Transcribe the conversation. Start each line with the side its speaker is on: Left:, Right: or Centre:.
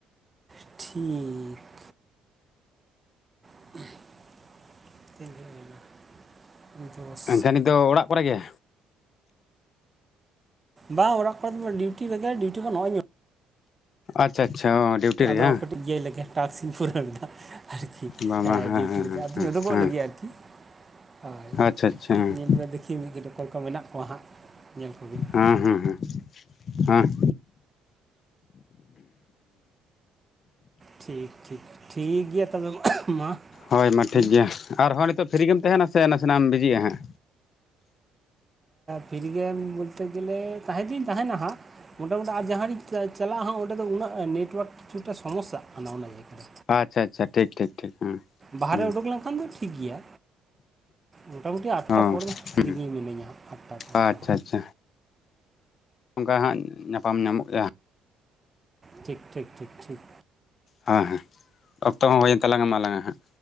Right: ᱴᱷᱤᱠ ᱛᱤᱱ ᱜᱷᱟᱲᱤᱡ ᱦᱩᱭᱮᱱᱟ? ᱫᱚᱥ
Left: ᱮᱱᱠᱷᱟᱱ ᱱᱤᱛ ᱫᱚ ᱚᱲᱟᱜ ᱠᱚᱨᱮ ᱜᱮ
Right: ᱵᱟᱝ ᱚᱲᱟᱜ ᱠᱷᱚᱱ ᱫᱚ ᱵᱟᱝ ᱰᱤᱭᱩᱴᱤ ᱨᱮᱜᱮᱡ ᱰᱤᱭᱣᱴᱤ ᱠᱷᱚᱱ ᱱᱚᱜᱼᱚᱭ ᱤᱧ
Left: ᱟᱪᱪᱷᱟ ᱟᱪᱪᱷᱟ ᱰᱤᱭᱩᱴᱤ ᱨᱮ
Right: ᱟᱫᱚ
Left: ᱵᱟᱝ
Right: ᱠᱟᱹᱴᱤᱡ ᱤᱭᱟᱹᱟᱭ ᱞᱮᱜᱮ ᱴᱟᱠᱥᱤᱧ ᱯᱩᱨᱟᱹᱣᱟ ᱟᱨᱠᱤ
Left: ᱵᱟᱝ
Right: ᱦᱮᱸ
Left: ᱵᱟᱝ
Right: ᱰᱤᱭᱩᱴᱤ ᱞᱮᱠᱟ
Left: ᱦᱮᱸ
Right: ᱟᱫᱚᱧ
Left: ᱦᱮᱸ
Right: ᱩᱰᱩᱠᱚᱜ ᱞᱟᱹᱜᱤᱫ ᱟᱨᱠᱤ ᱦᱚᱭ
Left: ᱟᱪᱪᱷᱟ ᱟᱪᱪᱷᱟ ᱦᱮᱸ
Right: ᱧᱮᱞ ᱢᱮ ᱫᱮᱠᱷᱤ ᱢᱤᱫ ᱠᱟᱹᱴᱤᱡ ᱚᱠᱚᱭ ᱠᱚ ᱢᱮᱱᱟᱜ ᱠᱚᱣᱟ ᱦᱟᱸᱜ ᱧᱮᱞ ᱠᱚᱜᱮᱧ
Left: ᱦᱮᱸ ᱦᱮᱸ ᱦᱮᱸ ᱦᱮᱸ
Right: ᱴᱷᱤᱠ ᱴᱷᱤᱠ ᱴᱷᱤᱠ ᱜᱮᱭᱟ ᱛᱚᱵᱮ ᱢᱟ
Left: ᱦᱳᱭ ᱢᱟ
Right: ᱦᱩᱸ
Left: ᱴᱷᱤᱠ ᱜᱮᱭᱟ ᱟᱨᱦᱚᱸ ᱱᱤᱛᱚᱜ ᱯᱷᱤᱨᱨᱤ ᱜᱮᱢ ᱛᱟᱦᱮᱸᱱᱟ ᱥᱮ ᱱᱟᱥᱮᱱᱟᱜ ᱮᱢ ᱵᱤᱡᱤᱜᱼᱟ ᱦᱟᱸᱜ
Right: ᱯᱷᱤᱨ ᱜᱮ ᱵᱚᱞᱛᱮ ᱜᱮᱞᱮ ᱛᱟᱦᱮᱸ ᱫᱩᱧ ᱛᱟᱦᱮᱸᱱᱟ ᱦᱟᱸᱜ ᱢᱳᱴᱟ ᱢᱩᱩᱴᱤ ᱟᱨ ᱡᱟᱦᱟᱸ ᱨᱤᱧ ᱪᱟᱞᱟᱜᱼᱟ ᱦᱟᱸᱜ ᱚᱸᱰᱮ ᱫᱚ ᱩᱱᱟᱹᱜ ᱱᱮᱴᱣᱟᱨᱠ ᱠᱤᱪᱷᱩᱴᱟ ᱥᱚᱢᱚᱥᱥᱟᱜ ᱠᱟᱱᱟ ᱚᱱᱟ ᱡᱟᱭᱜᱟ ᱨᱮ
Left: ᱟᱪᱪᱷᱟ ᱟᱪᱪᱷᱟ ᱴᱷᱤᱠ ᱴᱷᱤᱠ ᱴᱷᱤᱠ ᱦᱮᱸ
Right: ᱵᱟᱦᱟᱨᱮ
Left: ᱦᱮᱸ
Right: ᱩᱰᱩᱠ ᱞᱮᱱᱠᱷᱟᱱ ᱫᱚ ᱴᱷᱤᱠ ᱜᱮᱭᱟ ᱢᱳᱴᱟᱢᱩᱴᱤ ᱟᱴᱴᱟ
Left: ᱚ
Right: ᱯᱚᱨ ᱫᱚ
Left: ᱦᱮᱸ
Right: ᱯᱷᱤᱨᱤ ᱜᱮ ᱢᱤᱱᱟᱹᱧᱟ ᱟᱴᱴᱟ ᱯᱚᱨ
Left: ᱟᱪᱪᱷᱟ
Right: ᱫᱚ
Left: ᱟᱪᱪᱷᱟ ᱚᱱᱠᱟ ᱦᱟᱸᱜ ᱧᱟᱯᱟᱢ ᱧᱟᱢᱚᱜ ᱜᱮᱭᱟ
Right: ᱴᱷᱤᱠ ᱴᱷᱤᱠ ᱴᱷᱤᱠ ᱴᱷᱤᱠ
Left: ᱦᱮᱸ ᱦᱮᱸ ᱚᱠᱛᱚ ᱦᱚᱸ ᱦᱩᱭᱮᱱ ᱛᱟᱞᱟᱝ ᱢᱟᱞᱟᱝᱟ ᱦᱟᱸᱜ